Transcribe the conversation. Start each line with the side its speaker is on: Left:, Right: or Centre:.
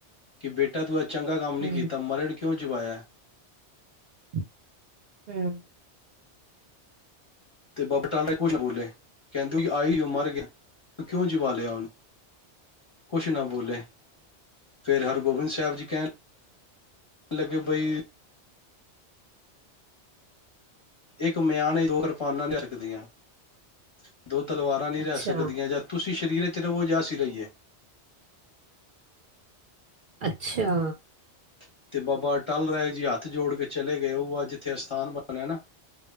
Left: ਕਿ ਬੇਟਾ ਤੂੰ ਚੰਗਾ ਕੰਮ ਨਹੀਂ
Right: ਹੂੰ
Left: ਕੀਤਾ ਮਰੇ ਨੂੰ <unintelligible> ਕਿਉ ਜਵਾਆ
Right: <unintelligible> ਹਮ
Left: <unintelligible> ਤੇ ਬੱਾਬ ਟਾਲਾ ਕੁਛ ਨਾ ਬੋਲੇ ਕਹਿੰਦੇੂ ਜ ਆਈ ਉਹ ਮਰ ਗਿਆ ਤੂੰ ਕਿਉਂ ਜਵਾ ਲਿਆ ਉਹਨੂੰ ਕੁਛ ਨਾ ਬੋਲੇ <unintelligible> ਫੇਰ ਹਰਗੋਬਿੰਦ ਸਾਹਿਬ ਜੀ <inaudible> ਕਹਿਣ ਲੱਗੇ ਬਈ <unintelligible> ਇੱਕ ਮਿਆਨ ਦੋ ਕਿਰਪਾਨਾਂ ਰਕਦੀਆਂ <unintelligible> ਦੋ ਤਲਵਾਰਾਂ ਨਹੀਂੀ
Right: ਅੱਛਾ
Left: ਰਹਿ ਸਕਦੀਆਂ ਜਾਂ ਤੁਸੀਂ ਸਰੀਰ ਚ ਰਵੋ ਜਾਸੀ ਰਹੀਏ
Right: <unintelligible> ਅੱਛਾ
Left: <unintelligible> ਤੇ ਬਾਬਾ ਟਲ ਰਾਏ ਜੀ ਹੱਥ ਜੋੜ ਕੇ ਚਲੇ ਗਏ ਉਹ ਆ ਜਿੱਥੇ ਅਸਥਾਨ ਬਣਿਆ ਨਾ